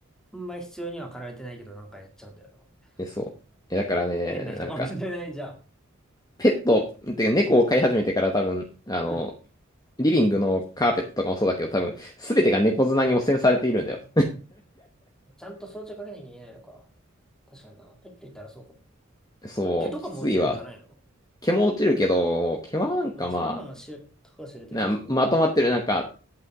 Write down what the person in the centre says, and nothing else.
ほんまに必要には駆られてないけど、なんかやっちゃうんだよな。
変な人かもしれない、
じゃあ。
うん。
ちゃんと装置をかけなきゃいけないのか。確かにな。ペッていたらそうかも。
毛とかも落ちるんじゃないの
まあ、それはまあ、知る、たかが知れてるってことは。